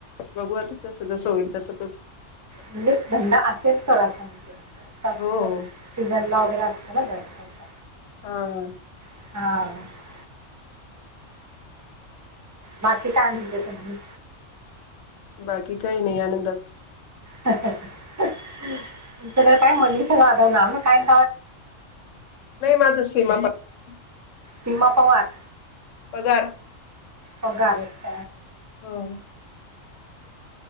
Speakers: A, on the left; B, on the right.
A: बघवान तस जसं होईल तस तस
B: म्हणजे धंदा असेल तथो अस म्हणजे जास्त असेल
A: हो
B: तर
A: हो
B: सीझनला वगैरे असताना जास्त असं
A: हा
B: हा बाकी कायते तमही
A: बाकी काही नाही आनंदात
B: ह ह ह तुमच तर काय मनष जाधवणार ना कायं
A: नाही माझेशी म
B: सीमा पवार
A: पगार
B: होगारत
A: हम